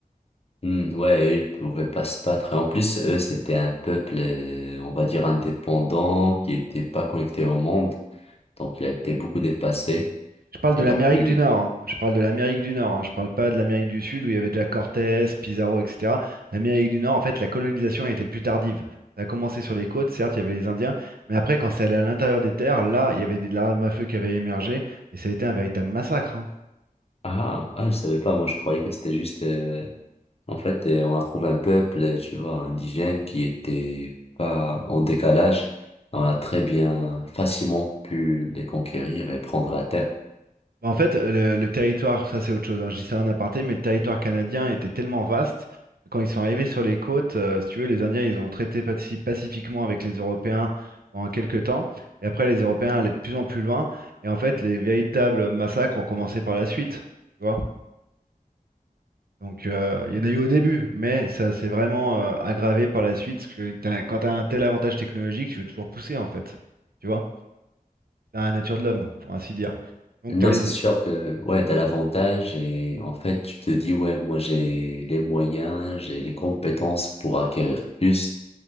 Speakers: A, on the left; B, on the right.
A: Hmm, ouais, eux, ils pouvaient pas se battre. Et En plus, eux, c'était un peuple, euh, on va dire, indépendant, qui était pas connecté au monde. Donc, il a été beaucoup dépassé.
B: Je parle
A: Et
B: de l'Amérique
A: donc, il...
B: du Nord. hein. Je parle de l'Amérique du Nord. hein. Je parle pas de l'Amérique du Sud où il y avait déjà Cortés, Pizarro, etc. L'Amérique du Nord, en fait, la colonisation a été plus tardive. Ça a commencé sur les côtes, certes, il y avait les Indiens, mais après, quand c'est allé à l'intérieur des terres, là, il y avait de l'arme à feu qui avait émergé et ça a été un véritable massacre. hein.
A: Ah, ah, je savais pas, moi, je croyais que c'était juste... euh, En fait, euh, on a trouvé un peuple, euh, tu vois, indigène, qui était pas en décalage. On a très bien, facilement pu les conquérir et prendre la terre.
B: Bah, En fait, le, le territoire, ça c'est autre chose, hein, je dis ça en aparté, mais le territoire canadien était tellement vaste que quand ils sont arrivés sur les côtes, euh, si tu veux, les Indiens, ils ont traité paci- pacifiquement avec les Européens pendant quelques temps, et après les Européens allaient de plus en plus loin, et en fait, les véritables massacres ont commencé par la suite, tu vois. Donc, euh, il y en a eu au début, mais ça s'est vraiment euh, aggravé par la suite, parce que t'as- quand tu as un tel avantage technologique, tu veux toujours pousser, en fait, tu vois. C'est la nature de l'homme, pour ainsi dire. Donc,
A: Non,
B: tu as les...
A: c'est sûr que ouais, t'as l'avantage et en fait, tu te dis ouais, moi j'ai les moyens, j'ai les compétences pour acquérir plus.